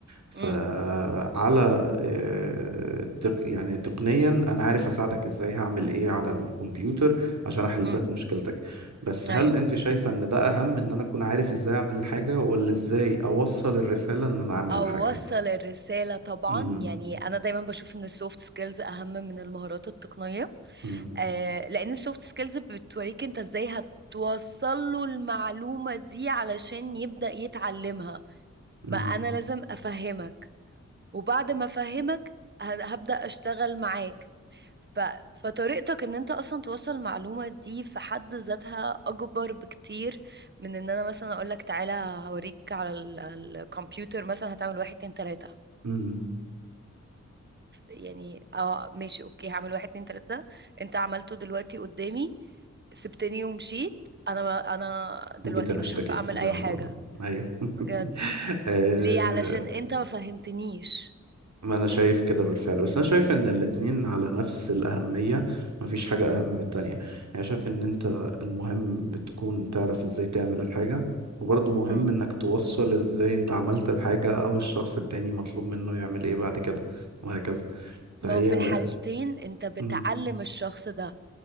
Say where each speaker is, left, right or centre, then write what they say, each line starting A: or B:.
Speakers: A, on the right (about 75°); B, on the right (about 40°).
A: فعلى
B: امم
A: آه، تق- يعني تقنيا أنا عارف أساعدك إزاي هعمل إيه على الكمبيوتر عشان أحل
B: امم
A: لك مشكلتك بس هل
B: ايوه
A: أنت شايفة إن ده أهم إن أنا أكون عارف إزاي أعمل الحاجة ولا إزاي أوصل الرسالة إن أنا أعمل
B: اوصل
A: الحاجة؟
B: الرسالة طبعا
A: امم
B: يعني انا دايما بشوف ان السوفت سكيلز اهم من المهارات التقنية
A: امم
B: آه، لان السوفت سكيلز بتوريك انت ازاي هتوصل له المعلومة دي علشان يبدأ يتعلمها ما
A: امم
B: انا لازم افهمك وبعد ما افهمك ه- هبدأ اشتغل معاك ف... فطريقتك ان انت اصلا توصل المعلومة دي في حد ذاتها اكبر بكتير من ان انا مثلا اقولك تعالى هوريك على ال- الكمبيوتر مثلا هتعمل واحد اتنين تلاتة
A: امم
B: يعني اه ماشي اوكي هعمل واحد اتنين تلاتة انت عملته دلوقتي قدامي سبتني ومشيت انا انا دلوقتي
A: وجيت أنا
B: مش
A: اشتكيت
B: عارفة اعمل
A: زي
B: اي
A: ما
B: حاجة
A: بيقولوا أيوه
B: بجد
A: <laughs> آه،
B: ليه علشان انت ما فهمتنيش
A: ما انا شايف كده بالفعل بس انا شايف ان الاتنين على نفس الاهمية مفيش حاجة اهم من التانية يعني شايف ان انت المهم بتكون تعرف ازاي تعمل الحاجة وبرضه مهم
B: مم.
A: انك توصل ازاي انت عملت الحاجة او الشخص التاني مطلوب منه يعمل ايه بعد كده وهكذا فهي
B: ما هو في الحالتين انت بتعلم
A: مم،
B: الشخص ده